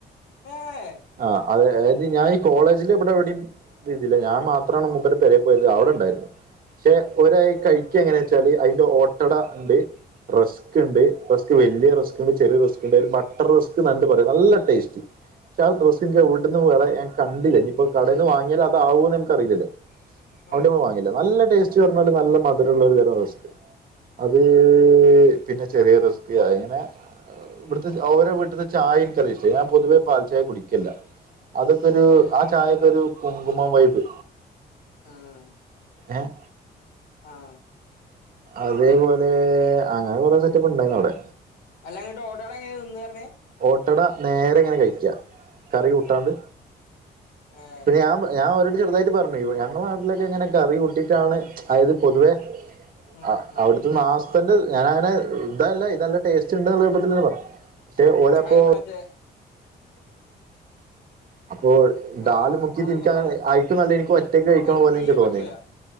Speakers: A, on the left (about 85°); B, on the right (about 55°).
A: ഏഹ്
B: ആഹ് അതെ അതത് ഞാൻ ഈ കോളേജിന്റെ ഇവിടെ എവിടെയും ഇ ഇതില്ല ഞാൻ മാത്രണ് മൂപരെ പെരെ പോയത് അവിടെണ്ടായിരുന്നു പക്ഷെ ഒരായി
A: ആഹ്
B: കഴി ക്ക് എങ്ങനെ ച്ചാല് അതിന്റെ ഓട്ടട ണ്ട് റസ് ക്കെണ്ട് റസ്ക് വല്യ റസ്ക് ഇണ്ട് ചെറിയ റസ്ക് ഇണ്ട് അ ബട്ടർ റസ്ക് ന്ന പറയ നല്ല ടേസ് പക്ഷെ ആഹ് ഡ്രസിൻ ഇവിടെന്ന് വേ ഞാൻ കണ്ടില്ലേ ഇഞ്പ്പോ കടേന്ന് വാങ്ങിയത അതാവോ ക്കറില്ലയ്ന്നു അവന്റേന്ന്
A: ആഹ്
B: വാങ്ങില്ല നല്ല ടേസ്റ്റ് പറഞ്ഞാല് നല്ല മധുരള്ളാരു തരം റസ് അത് പിന്നെ ചെറിയ റെസ്ക് അതിങ്ങനെ ഇവിടുത്തെ ഓരോ വീട്ടത്തെ ചായൻ കറി ഇഷ്ടം ഞാൻ പൊതുവേ പാൽ ചായ കുടിക്കെല്ല അതൊക്കൊരു
A: ഏഹ്
B: ആഹ് ചായൊക്കൊരു കുങ്കുമം വൈബ്
A: ആഹ്
B: ഏഹ്
A: ആഹ്
B: അതേപോലെ അങ്ങനെ കൊറെ സെറ്റപ്പ് ഉണ്ടായിരുന്നു അവിടെ
A: അല്ല ങ്ങട്ട് ഒട്ടട എങ്ങനെ തിന്ന് ർഞ്ഞേ
B: ഓട്ടട നേരെ ഇങ്ങനെ കഴിക്കാ കറി കൂട്ടാണ്ട്
A: ഏഹ്
B: പിന്നെ ഞാൻ പ ഞാൻ അവരോട് ചെറുതായിട്ട് പറഞ്ഞെ ഞങ്ങടെ നാട്ടിലേക്ക് എങ്ങനെ കറി കൂട്ടിട്ടാണ് അതത് പൊതുവേ
A: ഉം
B: ആഹ്
A: ഉം
B: അവിടുത്തെ മാസത്തിന്റെ ഞാനങ്ങനെ ഇതല്ല ഇത് നല്ല ടേസ്റ്റ് ഉണ്ട് ർഞ്ഞപ്പത്തി പറഞ്ഞു ചെ ഓലപ്പോ
A: അത് മറ്റേ
B: അപ്പോ ഡാല്
A: ആഹ്
B: മുക്കിയിട്ട്
A: അള്ളാ
B: എനിക്കങ്ങനെ അയക്കുന്നല്ല എനിക്ക് ഒറ്റക്ക് കഴിക്കണ
A: എനിക്ക്
B: പോലെ
A: തീരെ
B: ഇൻക്ക്
A: പറ്റൂല
B: തോന്നിയ